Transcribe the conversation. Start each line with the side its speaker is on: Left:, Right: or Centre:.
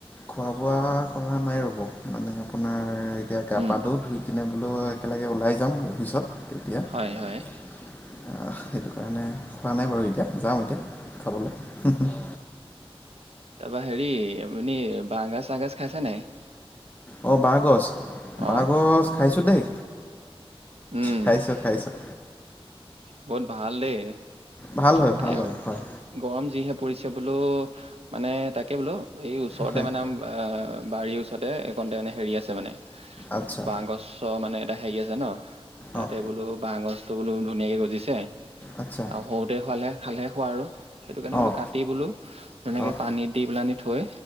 Left: খোৱা-বোৱা কৰা নাই ৰ'ব। মানে আপোনাৰ এতিয়া গা-পা
Right: উম,
Left: ধো ধুই কিনে বোলো একেলগে ওলাই যাম অফিচত তেতিয়া। আহ,
Right: হয় হয়
Left: সেইটো কাৰণে খোৱা নাই বাৰু এতিয়া, যাম এতিয়া খাবলৈ।
Right: তাৰাপা হেৰি আপুনি বাঁহগাজ চাগাজ খাইছে নাই?
Left: অ', বাঁহগছ বাঁহগছ
Right: অ'
Left: খাইছোঁ দেই।
Right: উম,
Left: খাইছোঁ খাইছোঁ
Right: বহুত ভাল দেই।
Left: ভাল হয়,
Right: মানে
Left: ভাল হয়। হয়।
Right: গৰম যিহে পৰিছে বোলো, মানে তাকে বোলো এই ওচৰতে
Left: হয়
Right: মানে আ বাৰীৰ ওচৰতে এইকণতেনে হেৰি আছে মানে
Left: আচ্ছা
Right: বাঁহ গছ ত' মানে এটা হেৰি আছে ন, তাতে
Left: অঁ
Right: বোলো বাঁহ গছটো বোলো ধুনীয়াকে গজিছে।
Left: আচ্ছা
Right: আৰু সৰুতে খোৱালে খালেহে খোৱা আৰু। সেইটো কাৰণে বোলো
Left: অঁ
Right: কাটি বোলো ধুনীয়াকে
Left: অঁ
Right: পানীত দি পেলাই আনি থৈ